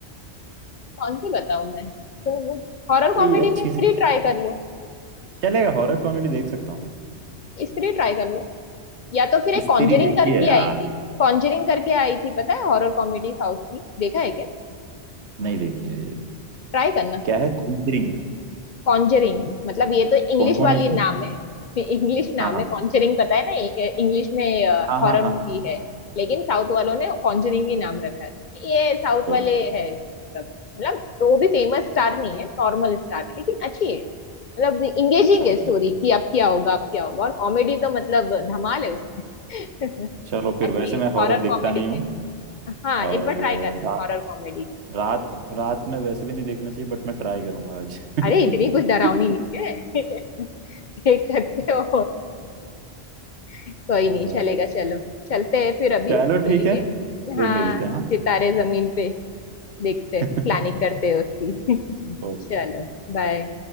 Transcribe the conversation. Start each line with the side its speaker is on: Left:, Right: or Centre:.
Left: कौन सी बताऊँ मैं तुम हॉरर
Right: कोई
Left: कॉमेडी
Right: अच्छी
Left: में स्त्री
Right: सी
Left: ट्राई कर लो
Right: चलेगा हॉरर कॉमेडी देख सकता हूँ मैं
Left: स्त्री ट्राई कर लो या तो फिर एक
Right: स्त्री
Left: कॉन्जरिंग
Right: देखी
Left: करके
Right: है यार
Left: आई थी कॉन्जरिंग करके आई थी पता है हॉरर कॉमेडी साउथ की देखा है क्या
Right: नहीं देखी है ये
Left: ट्राई करना
Right: क्या है कॉन्जरिंग
Left: कॉन्जरिंग मतलब ये तो इंग्लिश
Right: कौन कौन
Left: वाली
Right: है इसमें
Left: नाम है इंग्लिश नाम
Right: हाँ हाँ
Left: है कॉन्जरिंग पता है ना इंग्लिश में
Right: हाँ
Left: हॉरर
Right: हाँ हाँ
Left: मूवी
Right: हाँ
Left: है लेकिन साउथ वालों ने कॉन्जरिंग ही नाम रखा है ये साउथ वाले
Right: ओके
Left: है सब मतलब तो वो भी फेमस स्टार नहीं है नॉर्मल स्टार है लेकिन अच्छी है मतलब इंगेजिंग
Right: चलो
Left: है स्टोरी कि अब क्या होगा अब क्या होगा और कॉमेडी तो मतलब धमाल है उसमें <laughs>
Right: चलो फिर
Left: अच्छी
Right: वैसे
Left: है
Right: मैं हॉरर
Left: हॉरर
Right: देखता
Left: कॉमेडी
Right: नहीं हूँ
Left: में हाँ एक
Right: और
Left: बार ट्राई
Right: अ,
Left: करना
Right: रात
Left: हॉरर कॉमेडी
Right: रात रात में वैसे भी नहीं देखना चाहिए बट मैं ट्राई करूंगा आज <laughs>
Left: अरे इतनी कुछ डरावनी नहीं है <laughs> देख सकते हो <laughs> कोई
Right: अ,
Left: नहीं चलेगा चलो चलते हैं फिर अभी
Right: चलो ठीक
Left: के लिए
Right: है फिर
Left: हाँ
Right: मिलते हैं हाँ
Left: सितारे जमीन पे देखते
Right: <laughs>
Left: प्लानिंग करते हैं उसकी <laughs>
Right: ओके
Left: चलो बाय